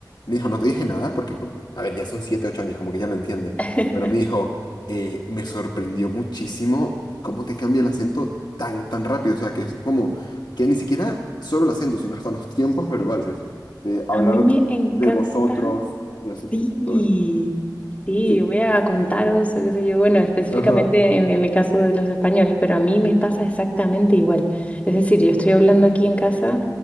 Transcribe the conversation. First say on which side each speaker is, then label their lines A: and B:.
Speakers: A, on the left (about 70°); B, on the left (about 20°).
A: me dijo, no te dije nada porque, co- a ver, ya son 7, 8 años, como que ya lo entiende,
B: <laughs>
A: pero me dijo, eh, me sorprendió muchísimo cómo te cambia el acento tan, tan rápido, o sea, que es como que ni siquiera solo el acento, sino hasta los tiempos verbales, de hablar
B: A mí me encanta.
A: de vosotros y así,
B: Sí,
A: todo eso.
B: sí,
A: Sí.
B: voy a contaros, qué sé yo, bueno, específicamente
A: Ajá.
B: en, en el caso de los españoles, pero a mí me pasa exactamente igual. Es decir, yo estoy hablando aquí en casa